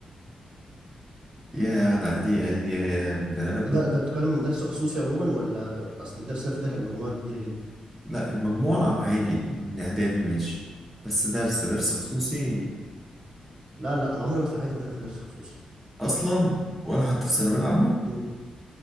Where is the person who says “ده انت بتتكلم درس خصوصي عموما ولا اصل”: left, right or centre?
Right